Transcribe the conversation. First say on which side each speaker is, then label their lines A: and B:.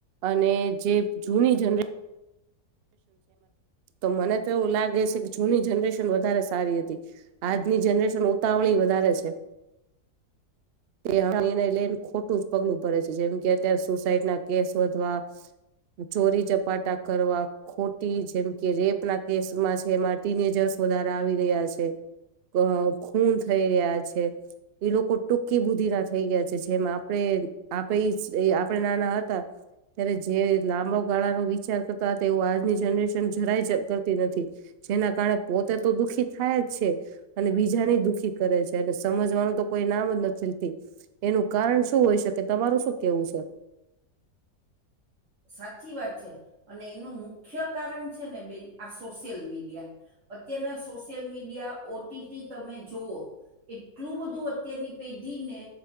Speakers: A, on the right; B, on the right.
A: અને જે જૂની જનરે તો મને તો એવું લાગે છે કે જૂની જનરેશન વધારે સારી હતી આજની જનરેશન ઉતાવળી વધારે છે. તે એને લઈને ખોટું જ પગલું ભરે છે જેમ કે અત્યારે સુસાઈડ ના કેસ વધવા ચોરી ચપાટા કરવા ખોટી જેમ કે રેપના કેસમાં છે એમાં ટીનેજર્સ દારા આવી રહ્યા છે. અ ખૂન થઈ રહ્યા છે. એ લોકો ટૂંકી બુધિ ના થઈ ગયા છે જેમ આપણે આપે આપણે નાના હતા ત્યારે જે લાંબા ગાળાનો વિચાર કરતા હતા એવું આજની જનરેશન જરાય જ કરતી નથી. જેના કારણે પોતે તો દુઃખી થાય જ છે. અને બીજાની દુઃખી કરે છે અને સમજવાનું તો કોઈ નામ જ નથી તી. એનું કારણ શું હોય શકે તમારું શું કેવું છે. <unintelligible>
B: સાચી વાત છે અને એનું મુખ્ય કારણ છે ને બેન આ સોશિયલ મીડિયા અત્યના social media O T T તમે જુઓ એટલું બધું અત્યારની પેઢી ને